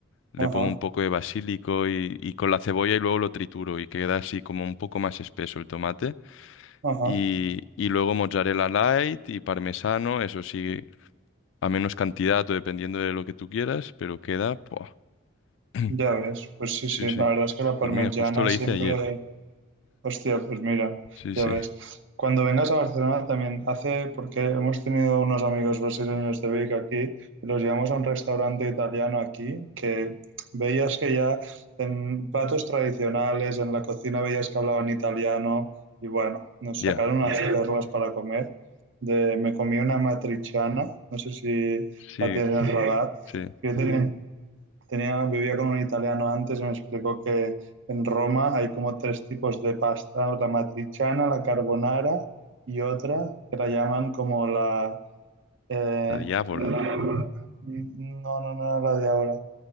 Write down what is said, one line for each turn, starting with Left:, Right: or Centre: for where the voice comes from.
Left: le
Right: Ajá,
Left: pongo un poco de basílico y, y con la cebolla y luego lo trituro y queda así como un poco más espeso el tomate.
Right: ajá,
Left: Y, y luego mozzarella light y parmesano, eso sí, a menos cantidad o dependiendo de lo que tú quieras, pero queda... ¡buah! <clears throat>
Right: ya ves. Pues sí,
Left: Sí,
Right: sí,
Left: sí.
Right: la verdad es que la parmigiana
Left: Pues mira, justo la
Right: siempre...
Left: hice ayer.
Right: Hostia, pues mira,
Left: Sí,
Right: ya
Left: sí.
Right: ves. Cuando vengas a Barcelona también hace, porque hemos tenido unos amigos brasileños de Vic aquí, y los llevamos a un restaurante italiano aquí, que veías que ya en platos tradicionales, en la cocina veías que hablaban italiano, y bueno, nos
Left: Ya,
Right: sacaron unas perlas para comer. De, me comí una matriciana, no sé si
Left: sí,
Right: la tienes en el radar,
Left: sí.
Right: que yo tenía, tenía, vivía con un italiano antes y me explicó que en Roma hay como tres tipos de pasta, la matriciana, la carbonara y otra que la llaman como la... eh,
Left: La diábola.
Right: la- no, no, no, la de ahora.